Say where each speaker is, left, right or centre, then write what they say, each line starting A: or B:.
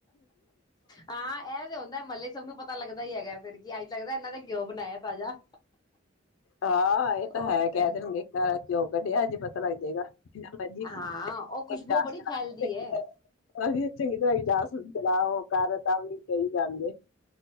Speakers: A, on the left; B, on the left.
A: ਹਾਂ, ਇਹ ਤੇ ਹੁੰਦਾ ਮਹੱਲੇ ਸਭ ਨੂੰ ਪਤਾ ਲੱਗਦਾ ਹੀ ਹੈਗਾ ਫਿਰ ਕੀ ਅੱਜ ਲੱਗਦਾ, ਇਹਨਾਂ ਦੇ ਕਿਉ? ਬਣਾਇਆ ਤਾਜ਼ਾ
B: ਹਾਂ, ਇਹ ਤਾਂ
A: ਉਹ
B: ਹੈ
A: ਤੇ
B: ਕਹਿ
A: ਹੈਗਾ
B: ਦੇਣਗੇ ਘਰ ਘਿਉ ਕੱਢਿਆ ਜੇ ਪਤਾ ਲੱਗ ਜਾਏਗਾ। ਜਿੰਨਾ ਮਰਜੀ
A: ਹਾਂ, ਉਹ ਖੁਸ਼ਬੂ
B: ਇਜਾਜ਼
A: ਬੜੀ
B: ਚਲਾ
A: ਫੈਲਦੀ
B: ਚੰਗੀ
A: ਹੈ।
B: ਤਰ੍ਹਾਂ ਅਸੀਂ ਚੰਗੀ ਤਰ੍ਹਾਂ ਹੀ ਜਾ ਸੁਣ ਚਲਾ ਉਹ ਕਰ ਤਾਂ ਵੀ ਕਹੀ ਜਾਂਦੇ।